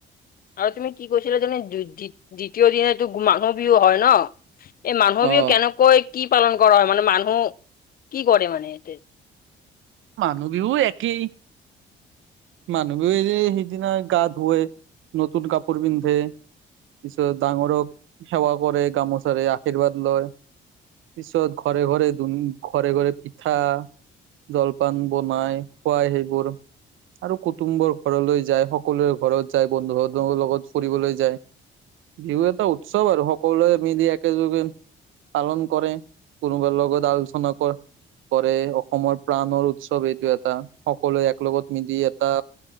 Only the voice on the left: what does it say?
আৰু তুমি কি কৈছিলা যেনে দি দি দ্বিতীয় দিনাতো মানুহ বিহু হয় ন? এই মানুহ
বিহু কেনেকৈ কি পালন কৰা হয় মানে, মানুহ কি কৰে মানে ইয়াতে?